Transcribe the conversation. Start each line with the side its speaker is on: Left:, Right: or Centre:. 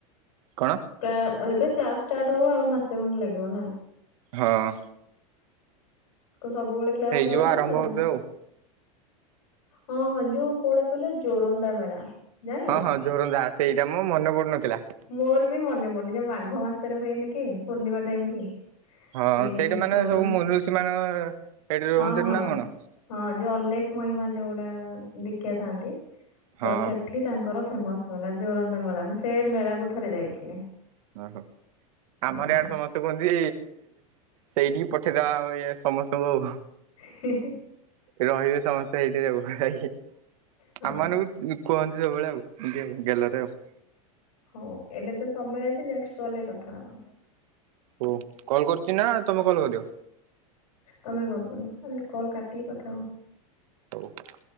Right: କଣ?
Left: କ୍ଲା ଏବେ କ୍ଲାସ ଷ୍ଟାର୍ଟ ହଉ ଆଉ ମାସେ ଖଣ୍ଡେ ଲାଗିବ ନା।
Right: ହଁ।
Left: ସବୁବେଳେ କ୍ଲାସ
Right: ହେଇଯିବ
Left: ଯାଓନା
Right: ଆରମ୍ଭ
Left: ଯାଓନି?
Right: ଏବେ ଆଉ
Left: ହଁ ହଁ ଯୋଉ କୋଉଟା କହିଲା ଜୋରନ୍ଦା ମେଳା। ଜାଣିଲ?
Right: ହଁ ହଁ ଜୋରନ୍ଦା ସେଇଟା ମୋ ମନେ ପଡୁନଥିଲା।
Left: ମୋର ବି ମନେ ପଡୁନି ଯୋଉ ମାଘ ମାସରେ ହୁଏନି କି ପୂର୍ଣ୍ଣିମା ଟାଇମ କି
Right: ହଁ
Left: ସେଇ
Right: ସେଇଟା
Left: ଯୋଉ
Right: ମାନେ
Left: ଜୋରନ୍ଦ
Right: ସବୁ ମନୁଋଷି ମାନ ସେଇଠି
Left: ହଁ
Right: ରୁହନ୍ତିନ
Left: ହଁ।
Right: ନା କଣ?
Left: ହଁ ଯୋଉ ଅଲେଖ ମହିମା ଯୋଉଡା ଦୀକ୍ଷା ଥାନ୍ତି ତ
Right: ହଁ
Left: ସେ ସେଠି ତାଙ୍କର ଫେମସ୍ ମେଳା ଜୋରନ୍ଦ ମେଳା ମୁଁ ସେ ମେଳାକୁ ଥରେ ଯାଇଥିଲି।
Right: ହଁ ହଁ।
Left: ହଁ
Right: ଆମର ଇଆଡେ ସମସ୍ତେ କୁହନ୍ତି ସେଇଠିକି ପଠେଇଦବା ଆମ ଇଏ ସମସ୍ତଙ୍କୁ ଆଉ।
Left: ହିଁ ହିଁ।
Right: ରହିବେ ସମସ୍ତେ ହେଇଠି ଆଉ ଯାଇକି
Left: ହଁ
Right: ଆମମାନଙ୍କୁ କୁହନ୍ତି ସବୁବେଳେ ଆଉ ଗେ ଗେଲରେ ଆଉ।
Left: ହଉ ଏବେ ତ ସମୟ ଅଛି ନେକ୍ସଟ କଲ୍ ରେ କଥା ହବା।
Right: ଓ କଲ୍ କରୁଚି ନା ତମେ କଲ୍ କରିବ?
Left: ତମେ କଲ୍ କରିବ ଆରେ କଲ୍ କାଟିକି କଥା ହୁଅ।
Right: <unintelligible>